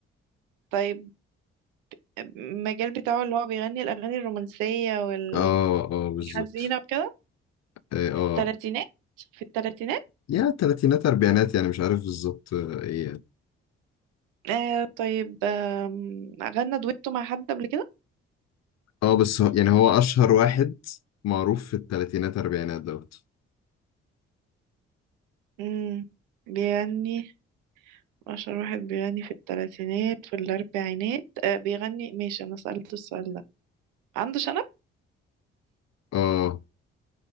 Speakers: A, on the right; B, on the left.
A: طيب المجال بتاعه اللي هو بيغني الأغاني الرومانسية وال-
B: اه اه
A: والحزينة
B: بالظبط
A: وكده
B: ايه اه
A: تلاتينات في التلاتينات
B: يا تلاتينات أربعينات يعني مش عارف بالظبط آه، ايه يعني
A: آه طيب آم، غنى دويتو مع حد قبل كده
B: اه بس هو يعني هو أشهر واحد معروف في التلاتينات أربعينات دوت
A: مم. بيغني أشهر واحد بيغني في التلاتينات في الأربعينات آه بيغني ماشي أنا سألت السؤال ده عنده شنب
B: اه